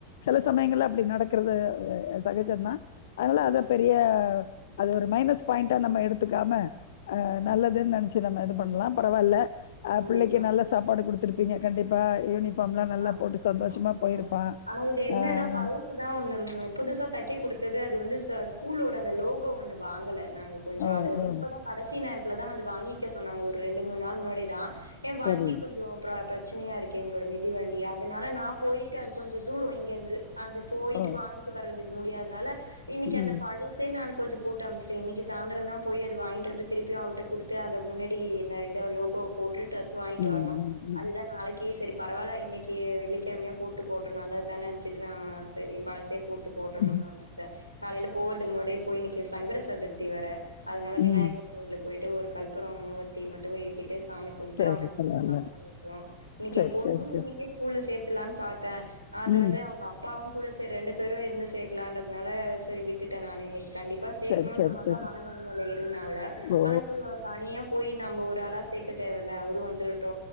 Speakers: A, on the left (about 60°); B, on the left (about 85°).
A: சில சமயங்கள்ள
B: ம்
A: அப்டி நடக்குறது சகஜம் தான் அதனால
B: ஆ
A: அத பெரிய அது ஒரு மைனஸ் பாயிண்டா நம்ம எடுத்துக்காம ஆ நல்லதுன்னு நெனச் ச்சி நம்ம இது பண்ணலாம் பரவால்ல ஆ
B: கண்டிப்பா
A: புள்ளைக்கு நல்ல சாப்பாடு குடுத்துருக் ப்பீங்க கண்டிப்பா யூனிஃபார்ம் எல்லா நல்லா
B: ஆ
A: போட்டு சந்தோஷமா
B: ஆமா
A: போயிருப்பான்
B: ஆமா ஆனா இது என்னன்னா
A: ஆஹ்
B: பழசு தான் ஒண்ணு புதுசா தைக்கி கொடுத்தது அது வந்து ச ஸ்கூலோட அந்த லோகோ ஒண்ணு வாங்கல நாங்க கொஞ்சம்
A: ஓ
B: அது வந்து
A: ஓ
B: இப்பதான் கட சி நேரத்துல தான் வந்து வாங்கிக்க சொன்னாங்க ஒரு ரெண்டு மூணு நாள் முன்னாடிதான் என் வண்டி
A: சரி
B: கொஞ்சம் பிரச்சனயா இருக்கு எங்களோட மிதிவண்டி அதனால நா போயிட்டு அது கொஞ்ச தூரோ இங்க இருந்து அது போய்ட்டு
A: ஓ
B: வாங் வர்றதுக்கு முடியாதனால இன்னிக்கி
A: ம்
B: அந்த பழசு சேர் நா கொஞ்சம் போட்டு அனுப்ச்சேன் இன்னிக்கு சாயந்தர தான் போய் அது வாங்கிட்டு வந்து திருப்பியும் அவர்ட்ட குடுத்து அத முன்னாடி என்ன இத லோ கோ போட்டு டிரெஸ் வாங்கிட்டு
A: ம்
B: வரணு
A: ம்
B: அதுதா நாளைக்கு சேரி பரவால்ல இன்னிக்கு வெள்ளிக்கிழமையா போட்டு போட்டு நல்லதுதானு நென்ச்சிட்டு நா சேரி பழசே போட்டு போட்டுணு
A: ம்
B: அம்ச்சுட்ட காலைல போவறதுக்கு முன்னாடியே போய் இன்னைக்கு சங்கட சதுர்த்தி வேற அதனால விநாயகர்
A: ம்
B: கோயில்ல போயிட்டு ஒரு கல்பரோவத்தி மட்டு ஏத்திட்டு சாமி கும்ட்டு
A: சரி
B: அவன ஸ்கூலுக்கு
A: பரவால்ல
B: அம் ச்சு வச்சோ இன்னைக்கு
A: சரி
B: எ பொண்ணு
A: சரி சரி
B: இன்னைக்கே ஸ்கூல்ல சேத்துலானு பாத்த அது
A: ம்
B: வந்து அவுங்க அப்பாவு கூட சேரி ரெண்டு பேரு இருந்து சேக்கலான்றதுனால சேரி விட்டுட்ட நானு இன்னைக்கு கண்டிப் சேக்கணு
A: சரி சரி
B: மார்
A: சரி
B: தா மன
A: சரி.
B: நெலமைல இருந்த ஆவள
A: ஓ
B: சேரி அவ தனியா போய் நம்ம ஒரு ஆளா சேக்க தேவல்ல அவுரு வந்தரட்டு